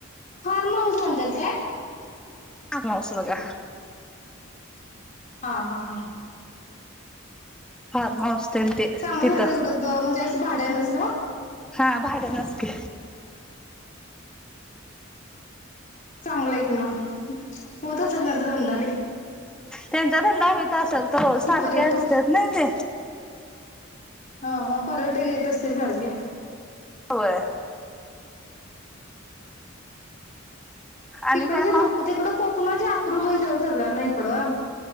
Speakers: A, on the left; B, in the centre.
A: फार्म हाऊस म्हण त्या का
B: कासभ का
A: हा हा हा
B: फारम हऊस ते
A: चांगलं
B: तिथ
A: झालं तिकडं द म्हणजे असं भाड्यानच ना
B: हा भाड्या नसकी
A: चांगलंय कि म होत सज होंदली
B: ते धंदा होईत असेल तर रज सारखे
A: पर्यटक
B: असतात ना ते
A: हा मग पर्यटक येत असतील सारखे
B: हो होय आणि
A: तिकड
B: काय
A: जे
B: मग
A: लोक तिकडक माझे अक्रूपैस सगळ्यां ना इकडं